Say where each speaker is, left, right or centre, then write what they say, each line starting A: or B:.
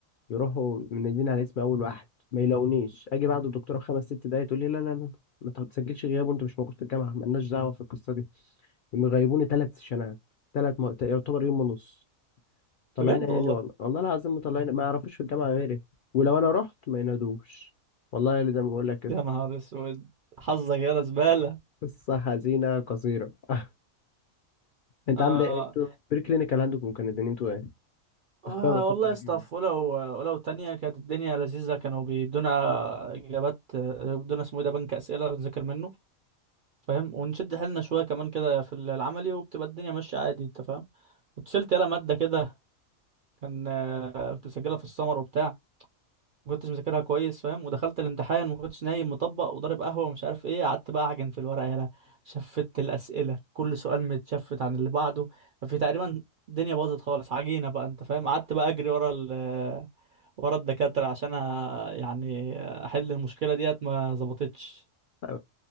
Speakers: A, on the left; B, on the right.
A: يروحوا منادين على اسم اول واحد ما يلاقونيش اجي بعد الدكتوره بخمس ست دقايق تقول لي لا لا لا ما تسجلش غياب وانت مش موجود في الجامعه مالناش دعوه في القصه دي مغيبوني ثلاث سيشنات ثلاث م... يعتبر يوم ونص طلعين
B: بجد
A: عيني
B: والله
A: والله والله العظيم مطلعين ما يعرفوش في الجامعه غيري ولو انا رحت ما ينادوش والله اللي زي ما بقول لك كده
B: يا نهار اسود حظك يا زباله
A: قصة حزينة قصيرة <laughs> انت
B: آه.
A: عامل ايه انتوا بري كلينيكال عندكم كان الدنيا انتوا ايه
B: آه
A: اخويا بفكر
B: والله يا
A: اجيب
B: اسطى ولو ولو تانية كانت الدنيا لذيذة كانوا بيدونا إجابات آه، بيدونا اسمه إيه ده بنك أسئلة بنذاكر منه فاهم ونشد حيلنا شوية كمان كده في العملي وبتبقى الدنيا ماشية عادي أنت فاهم كنت شلت يلا مادة كده كان آه، كنت مسجلها في السمر وبتاع ما كنتش مذاكرها كويس فاهم ودخلت الامتحان ما كنتش نايم مطبق وضارب قهوه ومش عارف ايه قعدت بقى اعجن في الورقه يالا شفت الاسئله كل سؤال متشفت عن اللي بعده ففي تقريبا الدنيا باظت خالص عجينه بقى انت فاهم قعدت بقى اجري ورا ال <laughs> ورا الدكاتره عشان أ- يعني احل المشكله ديت ما ظبطتش
A: بس